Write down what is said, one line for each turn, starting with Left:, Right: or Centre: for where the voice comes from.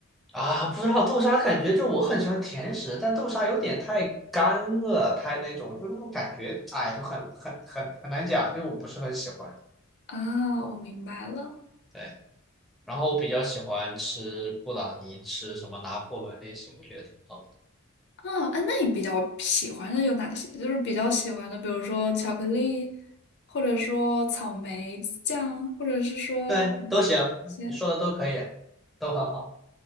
Centre: 啊，不知道豆沙，感觉就我很喜欢甜食，但豆沙有点太干了，太那种，就那种感觉，哎，就很很很很难讲，就我不是很喜欢。
Left: 啊？我明白了。
Centre: 对，然后我比较喜欢吃布朗尼，吃什么拿破仑那些，我觉得挺好的。
Left: 啊，哎，那你比较喜欢的有哪些？就是比较喜欢的，比如说巧克力，或者说草莓酱，或者是说抹些。
Centre: 对，都行，你说的都可以，都很好。